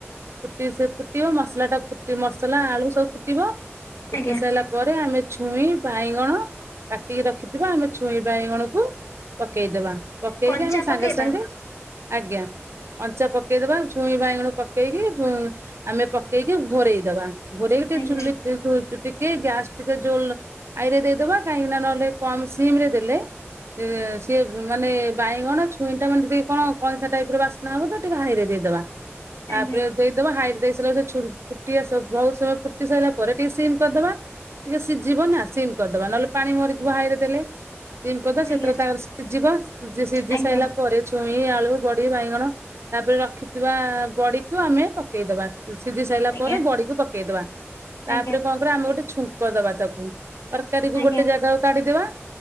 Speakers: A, on the right (about 65°); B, on the left (about 85°).
A: ଫୁଟ ସେ ଫୁଟିବ ମସ ମସଲା ଟା ଫୁଟି ମସଲା ଆଳୁ ସବୁ ଫୁଟିବ ଫୁଟି
B: ଆଜ୍ଞା
A: ସାଇଲା ପରେ ଆମେ ଛୁଇଁ ବାଇଗଣ କାଟିକି ରଖିଥିବା ଆମେ ଛୁଇଁ ବାଇଗଣକୁ ପକେଇଦବା ପକେଇକି
B: କଞ୍ଚା
A: ଆମେ
B: ପକେଇବା
A: ସାଙ୍ଗେ ସାଙ୍ଗେ ଆଜ୍ଞା କଞ୍ଚା ପକେଇଦବା ଝୁଇଁ ବାଇଗଣ ପକେଇକି ଆମେ ପ ପକେଇକି ଘରେଇ ଦବା ଘରେକି ଟିକେ
B: ଆଜ୍ଞା
A: ଚୁଲି ଟେ କି ଗ୍ୟାସ୍ ଟିକେ ଜୋ ହାଇରେ ଦେଇଦବା କାହିଁକି ନା ନହେଲେ କମ ସିମରେ ଦେଲେ ସିଏ ମାନେ ବାଇଗଣ ଛୁଇଁଟା ମେଣ୍ଟ ବି କଣ କଇଁଥ ଟାଇପ ର ବାସ ନା ମ ତ ଟିକେ ହାଇରେ ଦେଇଦବା ତାପରେ
B: ଆଜ୍ଞା
A: ଦେଇଦବା ହାଇରେ ଦେଇ ସାରିଲା ଛୁରୁ ଫୁଟି ଆସ ବହୁତ ସମୟ ଫୁଟି ସାଇଲା ପରେ ଟିକେ ସିମ କରିଦବା। ଟିକେ ସିଝିବ ନା ସିମ୍ କରିଦବା ନହେଲେ ପାଣି ମରିଯିବ ହାଇରେ ଦେଲେ ଜିମ କର ଦେବା
B: ଆଜ୍ଞା
A: ସେଥିରେ ତା ସିଝିବ ସି ସିଝି
B: ଆଜ୍ଞା
A: ସାଇଲା ପରେ ଛୁଇଁ ଆଳୁ ବଡି ବାଇଗଣ ତାପରେ ରଖିଥିବା ବଡିକୁୁ ଆମେ ପକେଇଦବା। ସିଝି ସାଇଲା
B: ଆଜ୍ଞା
A: ପରେ ବଡିକୁ ପକେଇଦବା। ତାପରେ
B: ଆଜ୍ଞା ଆଜ୍ଞା
A: କଣ କରିବା ଆମେ ଗୋଟେ ଛୁଙ୍କ ଦବା ତାକୁ ତରକାରୀକୁ
B: ଆଜ୍ଞା
A: ଗୋଟେ ଜାଗା କାଢିଦବା।